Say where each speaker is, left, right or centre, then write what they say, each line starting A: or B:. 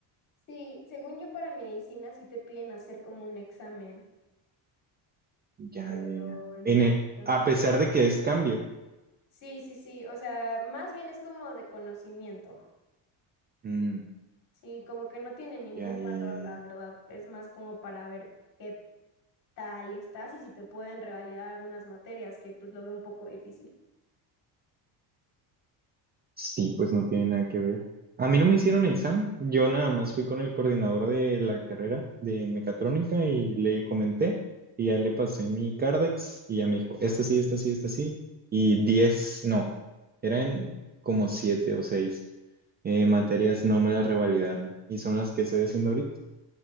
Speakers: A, on the left (about 45°); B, on the right (about 25°).
A: Sí, según yo para medicina sí te piden hacer como un examen,
B: Ya,
A: pero
B: ya, ya.
A: en
B: En
A: la
B: e-
A: verdad
B: a
A: no.
B: pesar de que es cambio.
A: Sí, sí, sí, o sea, más bien es como de conocimiento.
B: Mm,
A: Sí, como que no tiene ningún
B: ya, ya,
A: valor,
B: ya,
A: la
B: ya.
A: verdad. Es más como para ver qué tal estás y si te pueden revalidar algunas materias, que pues lo veo un poco difícil.
B: Sí, pues no tiene nada que ver. A mí no me hicieron examen, yo nada más fui con el coordinador de la carrera de mecatrónica y le comenté y ya le pasé mi Cardex y ya me dijo, esta sí, esta sí, esta sí, y 10 no, eran como 7 o 6. eh,
A: Sí.
B: materias no me las revalidaron y son las que estoy haciendo ahorita.